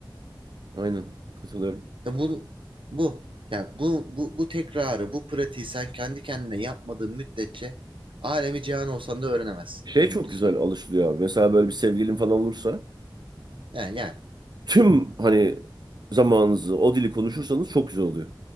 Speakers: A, on the right (about 55°); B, on the right (about 85°).
A: Aynen. Katılıyorum.
B: E bu bu yani bu bu bu tekrarı, bu pratiği sen kendi kendine yapmadığın müddetçe alemi cihan olsan da öğrenemezsin
A: Şey
B: İngilizceyi.
A: çok güzel alışılıyor abi. Mesela böyle bir sevgilin falan olursa
B: Yani yani
A: tüm hani zamanınızı o dili konuşursanız çok güzel oluyor.